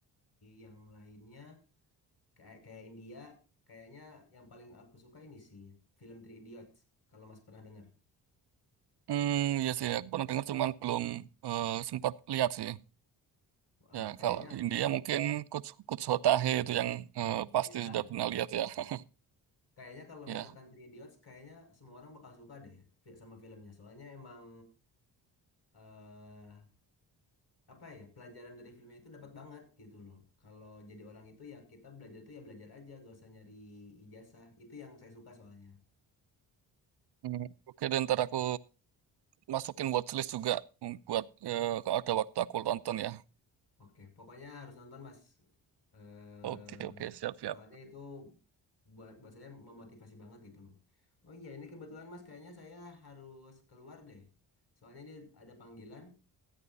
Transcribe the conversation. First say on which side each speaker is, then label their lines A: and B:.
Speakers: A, on the left; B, on the right.
A: yang lainnya kayak kayak India, kayaknya yang paling aku suka ini sih film Three Idiots. Kalau Mas pernah dengar,
B: Hmm, iya sih, aku pernah dengar cuman belum eh, sempat lihat sih.
A: Wah,
B: Ya,
A: kayaknya
B: kalau di India mungkin kuts kuts Hotahe itu yang eh,
A: oh
B: pasti
A: ya
B: sudah pernah lihat ya. <laughs>
A: Kayaknya kalau
B: Ya,
A: misalkan Three Idiots, kayaknya semua orang bakal suka deh fi- sama filmnya. Soalnya emang eh apa ya pelajaran dari filmnya itu dapat banget gitu loh. Kalau jadi orang itu ya kita belajar tuh ya belajar aja, gak usah nyari ijazah. Itu yang saya suka soalnya.
B: Hmm, oke dan ntar aku masukin watchlist juga mm, buat eh, kalau ada waktu aku tonton ya.
A: Oke, pokoknya harus nonton Mas. eh
B: Oke, oke, siap, siap.
A: soalnya itu buat buat saya memotivasi banget gitu loh. Oh iya, ini kebetulan Mas, kayaknya saya harus keluar deh. Soalnya dia ada panggilan.